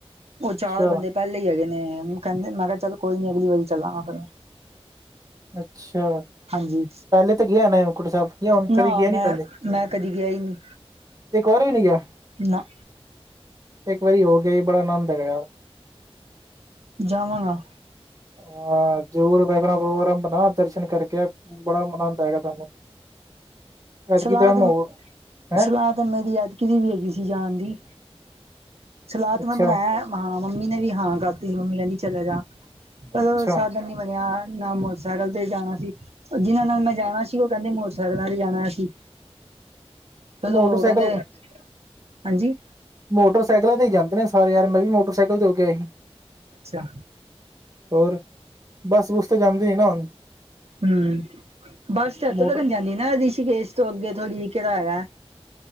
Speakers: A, on the right; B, on the right.
A: ਉਹ
B: ਅੱਛਾ
A: ਚਾਰ ਬੰਦੇ ਪਹਿਲੇ ਹੀ ਹੈਗੇ ਨੇ ਕਹਿੰਦੇ, ਮੈਂ ਕਿਹਾ ਚੱਲ ਕੋਈ ਨੀ ਅਗਲੀ ਵਾਰੀ ਚੱਲਾਂਗਾ ਫਿਰ।
B: ਅੱਛਾ।
A: ਹਾਂਜੀ
B: ਪਹਿਲੇ ਤਾਂ ਗਿਆ ਨ ਹੇਮਕੁਟ ਸਾਹਿਬ ਜਾਂ ਹੁਣ ਕਦੇ
A: ਨਾ
B: ਗਿਆ
A: ਮੈਂ
B: ਨੀ ਪਹਿਲੇ?
A: ਮੈਂ ਕਦੀ ਗਿਆ ਹੀ ਨੀ
B: ਇੱਕ ਵਾਰ ਵੀ ਨੀ ਗਿਆ।
A: ਨਾ।
B: ਇੱਕ ਵਾਰੀ ਹੋ ਕੇ ਆਈਂ, ਬੜਾ ਆਨੰਦ ਹੈਗਾ ਯਾਰ।
A: ਜਾਵਾਂਗਾ।
B: ਹਾਂ, ਜ਼ਰੂਰ ਵੇਖਣਾ ਪ੍ਰੋਗਰਾਮ। ਆਪਣਾ ਦਰਸ਼ਨ ਕਰਕੇ, ਬੜਾ ਅਨੰਦ ਆਏਗਾ ਤੁਹਾਨੂੰ। ਐਤਕੀ
A: ਸਲਾਹ
B: ਤਾਂ
A: ਤੇ ਮੈ
B: ਹੈਂ
A: ਸਲਾਹ ਮੇਰੀ ੲੈਤਕੀ ਵੀ ਹੈਗੀ ਸੀ ਜਾਣ ਦੀ, ਸਲਾਹ
B: ਅੱਛਾ
A: ਮੈਂ ਬਣਾਇਆ ਆ ਹਾਂ ਮੰਮੀ ਨੇ ਵੀ ਹਾਂ ਕਰਤੀ, ਮੰਮੀ ਕੈਂਦੀ ਚੱਲੇ ਜਾ, ਅ
B: ਅੱਛਾ
A: ਸਾਧਨ ਨੀ ਬਣਿਆ ਨਾ ਮੋ ਸੈਕਲ ਤੇ ਜਾਣਾ ਸੀ, ਜਿਹਨਾਂ ਨਾਲ ਮੈਂ ਜਾਣਾ ਸੀ ਉਹ ਕਹਿੰਦੇ ਮੋਟਰਸੈਕਲਾ ਤੇ ਜਾਣਾ ਅਸੀ।
B: ਤੇ
A: ਬਸ ਉ
B: ਮੋਟਰਸਾਈਕਲ
A: ਕੇਂਦੇ ਹਾਂਜੀ
B: ਮੋਟਰਸਾਈਕਲਾਂ ਤੇ ਹੀ ਜਾਂਦੇ ਨੇ ਸਾਰੇ ਯਾਰ, ਮੈਂ ਵੀ ਮੋਟਰਸਾਈਕਲ ਤੇ ਹੋ ਕੇ ਆਇਆ ਸੀ।
A: ਅੱਛਾ।
B: ਹੋਰ, ਬੱਸ-ਬੁੱਸ ਤੇ ਜਾਂਦੀ ਨੀ ਨਾ ਹੁਨ।
A: ਹੂੰ, ਬਸ ਤੇ ਇਥੋਂ
B: ਮੋਟਰ
A: ਤੱਕਨ ਜਾਂਦੀ ਨਾ ਰਿਸ਼ੀਕੇਸ਼ ਤੋਂ ਅੱਗੇ ਥੋੜ੍ਹੀ ਕੇੜਾ ਹੈਗਾ